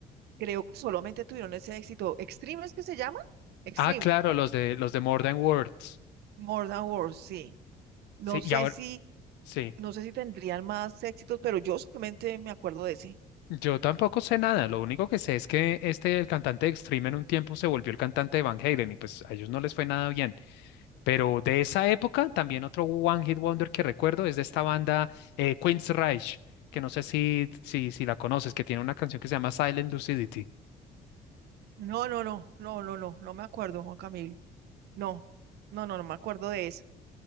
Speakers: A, on the right; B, on the left.
A: Creo que solamente tuvieron ese éxito. ¿Extreme es que se llama? Extreme.
B: Ah, claro, los de, los de More Than Words.
A: More Than Words, sí. No
B: Sí,
A: sé
B: y ahora,
A: si,
B: sí,
A: no sé si tendrían más éxitos, pero yo solamente me acuerdo de ese.
B: yo tampoco sé nada, lo único que sé es que este, el cantante de Extreme en un tiempo se volvió el cantante de Van Halen y pues a ellos no les fue nada bien, pero de esa época también otro One Hit Wonder que recuerdo es de esta banda eh, Queen's Rage, que no sé si, si, si la conoces, que tiene una canción que se llama Silent Lucidity.
A: No, no, no, no, no, no, no me acuerdo, Juan Camilo. No, no, no, no me acuerdo de eso.